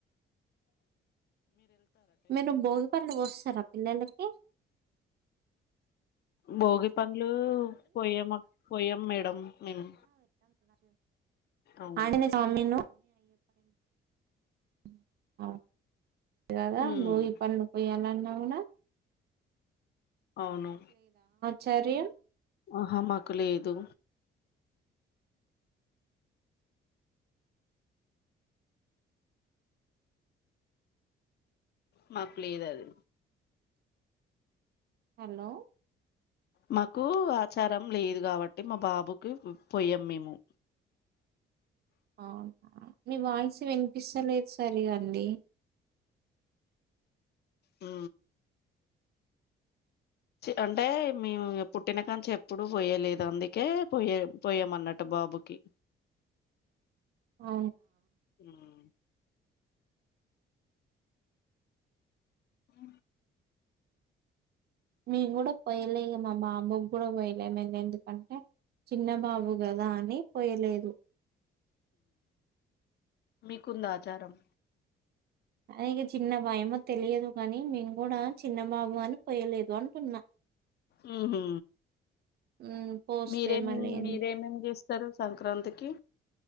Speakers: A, on the right; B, on the left.
A: మీరు భోగి పళ్లు పోస్తార పిలలకి
B: భోగి పండ్లు పోయాం పోయాం మేడం మేము అవును
A: ఆంజనేయస్వామి <unintelligible> <unintelligible> కథ
B: ఉమ్
A: బోగి పండ్లు పోయాలన్న అవునా
B: అవును
A: చరే
B: ఆహ మాకు లేదు మాకులు ఏద అది
A: హలో
B: మాకు ఆచారం లేదు కాబట్టి మా బాబుకి పోయాం మేము
A: అవును మీ వాయిస్ వినిపిించలేదు సరి అండి
B: ఆ అంటే మేము పుట్టిన కాంచి ఎప్పుడు పోయలేదు అందుకే పోయే పోయామ అన్నట్టు బాబుకి
A: అ
B: ఉమ్ అ
A: మేము కూడా పోయలేదు మా బాబుకి కూడా పోయలేము ఎందుకంటే చిన్న బాబు కదా అని పోయలేదు
B: మీకుంద ఆచారం
A: ఆయనికి చిన్న భయమో తెలియదు కాగానీ మేను కూడా చిన్నబాబు అని పోయలేదు అంటున్నా
B: హ హ
A: హ్మ్. పోస్తే
B: మీరేం
A: మళ్ళీ ఏం-
B: మీరేమేం చే సర్వ సంక్రాంతికి